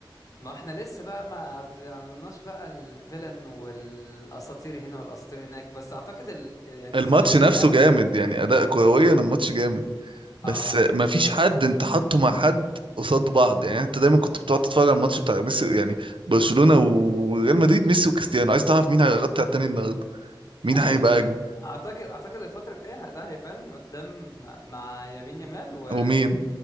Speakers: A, on the left; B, on the right.
A: ما احنا لسه بقى ما طلعناش بقى الفيلن والاساطير هنا والاساطير هناك بس اعتقد ال... يعني
B: الماتش
A: السنين الجايه
B: نفسه جامد يعني اداء كرويا الماتش جامد بس
A: اه
B: ما
A: بصراحه
B: فيش حد انت حاطه مع حد قصاد بعض يعني انت دايما كنت بتقعد تتفرج على الماتش بتاع ميسي يعني برشلونة وريال مدريد ميسي وكريستيانو عايز تعرف مين هيغطي على التاني النهارده مين
A: ايوه
B: هيبقى اجمل
A: اعتقد اعتقد الفتره الجايه ده هيبان قدام مع يمين يامال و
B: ومين